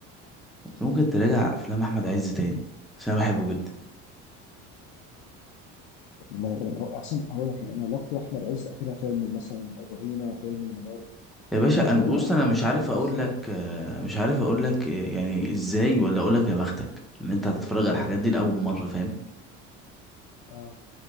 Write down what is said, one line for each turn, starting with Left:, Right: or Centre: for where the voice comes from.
Centre: ممكن تراجع افلام احمد عز تاني عشان انا بحبه جدا
Left: ما- ما- أو- احسن اول حاجه انا علاقتي باحمد عز اخرها فيلم مثلا الرهينه فيلم الممر
Centre: يا باشا
Left: انا عارف
Centre: انا
Left: اللي
Centre: بص
Left: هو عمل
Centre: انا مش
Left: افلام
Centre: عارف
Left: تانيه
Centre: اقول
Left: بس انا
Centre: لك آه، مش عارف اقول لك آه، يعني ازاي ولا اقول لك يا بختك ان انت هتتفرج
Left: <laughs>
Centre: على الحاجات دي لاول مره فاهم
Left: اه